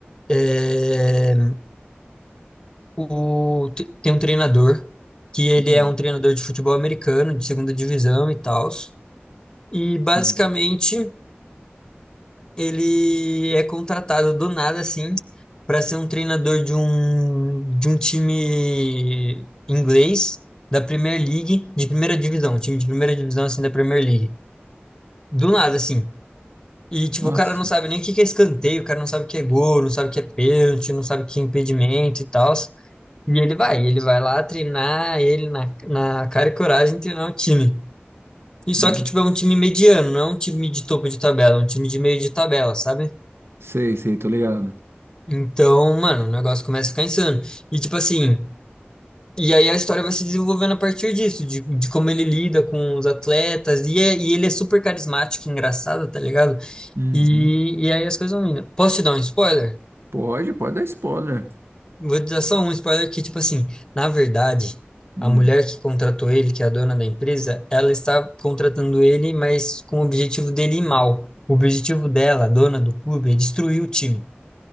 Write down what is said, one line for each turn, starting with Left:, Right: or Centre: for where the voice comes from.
Left: É, o, te- tem um treinador que ele
Right: hum,
Left: é um treinador de futebol americano, de segunda divisão e tal. E basicamente
Right: hum.
Left: ele é contratado do nada assim para ser um treinador de um de um time inglês da Premier League, de primeira divisão, um time de primeira divisão assim da Premier League. Do nada assim. E tipo,
Right: Nossa,
Left: o cara não sabe nem o que que é escanteio, o cara não sabe o que é gol, não sabe o que é pênalti, não sabe o que é impedimento e tal. E ele vai, e ele vai lá treinar ele na, na cara e coragem treinar o time. E só
Right: nossa.
Left: que, tipo, é um time mediano, não é um time de topo de tabela, é um time de meio de tabela, sabe?
Right: Sei, sei, tô ligado.
Left: Então, mano, o negócio começa a ficar insano. E, tipo assim, e aí a história vai se desenvolvendo a partir disso, de, de como ele lida com os atletas, e, é- e ele é super carismático, engraçado, tá ligado?
Right: Uhum.
Left: E, e aí as coisas vão indo. Posso te dar um spoiler?
Right: Pode, pode dar spoiler.
Left: Vou te dar só um spoiler que, tipo assim, na verdade,
Right: Hum.
Left: a mulher que contratou ele, que é a dona da empresa, ela está contratando ele, mas com o objetivo dele ir mal. O objetivo dela, a dona do clube, é destruir o time.